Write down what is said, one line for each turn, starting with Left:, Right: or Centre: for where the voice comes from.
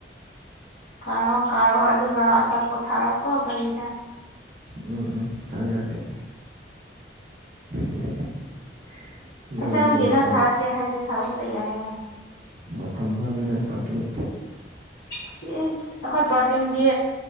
Left: ꯀꯥꯔꯛꯑꯣ ꯀꯥꯔꯣ ꯑꯗꯨꯒ ꯑꯆꯥꯄꯣꯠ ꯊꯥꯔꯛꯑꯣꯀꯣ ꯀꯒꯥꯔꯤꯗ
Right: ꯎꯝ ꯎꯝ ꯊꯥꯕꯤꯔꯛꯀꯦ <inaudible>
Left: ꯑꯁꯦꯡ
Right: ꯅꯪꯒꯤ
Left: ꯃꯒꯤ
Right: ꯅꯨꯄꯥ
Left: ꯅꯪ ꯊꯥꯔꯛꯀꯦ ꯍꯥꯏꯔꯗꯤ ꯊꯥꯗꯣꯛꯄ ꯌꯥꯏꯌꯦ
Right: ꯃꯐꯝ ꯑꯃ ꯂꯩꯅ ꯄꯥꯔꯀꯤꯡ
Left: ꯁꯤ ꯑꯩꯈꯣꯏ ꯄꯥꯔꯇꯡꯒꯤ